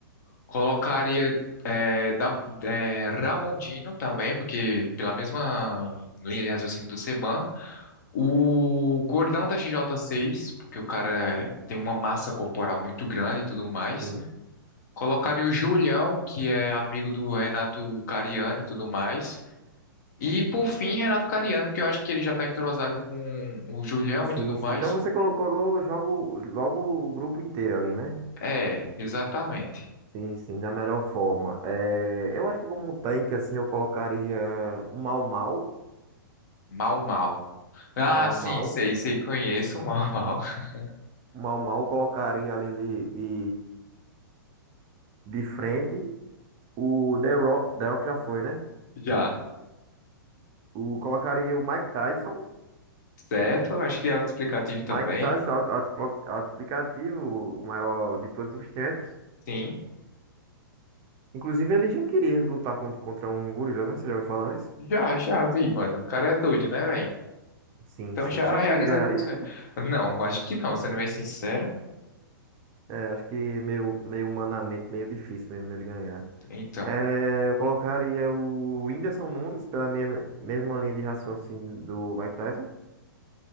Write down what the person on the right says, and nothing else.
Sim.
Sim,
sim. Então você colocou lo- jogo, logo o grupo inteiro ali, né?
Sim, sim, da melhor forma. É, eu acho que como um tanque, assim, eu colocaria o Mau Mau.
Mau
Mau.
O Mau Mau eu colocaria ali de, de, de frente. O The Rock, The Rock já foi, né?
O, colocaria o Mike Tyson.
Mike
Tyson, auto- autoexplo- autoexplicativo, o maior de todos os tempos.
Inclusive, ele já queria lutar con- contra um gorila, né? Você já ouviu falar nisso?
Sim,
sim.
Você acha
que ele ganharia?
É, acho que meio, meio humanamente, meio difícil mesmo dele ganhar.
É, eu colocaria o Whindersson Nunes pela minha, mesma linha de raciocínio do Mike Tyson.